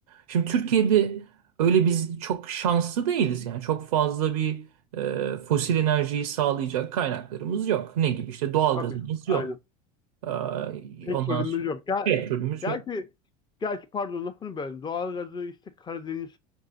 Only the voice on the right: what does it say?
Şimdi Türkiye'de öyle biz çok şanslı değiliz yani çok fazla bir e, fosil enerjiyi sağlayacak kaynaklarımız yok. Ne gibi işte doğalgazımız
yok.
Ee,
Ondan sonra
petrolümüz
yok.